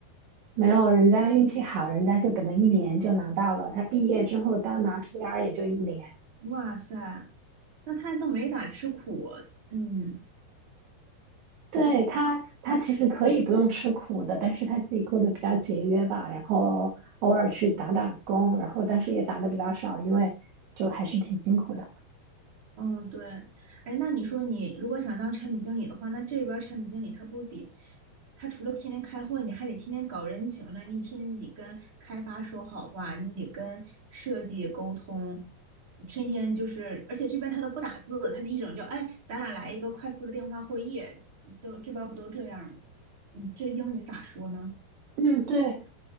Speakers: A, on the right; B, on the right.
A: 没有，人家运气好，人家就等了一年就拿到了。他毕业之后当拿 PR 也就一年。
B: 哇塞，那他都没咋吃苦，嗯。
A: 对他，他其实可以不用吃苦的，但是他自己过得比较节约吧，然后偶尔去打打工，然后但是也打的比较少，因为就还是挺辛苦的。
B: 嗯，对，哎，那你说你如果想当产品经理的话，那这边儿产品经理他不得，他除了天天开会，你还得天天搞人情呢，你天天得跟开发说好话，你得跟设计沟通，天天就是，而且这边他都不打字，他就一整就，哎，咱俩来一个快速的电话会议，都这边儿不都这样吗？你这英语咋说呢？
A: 嗯，对，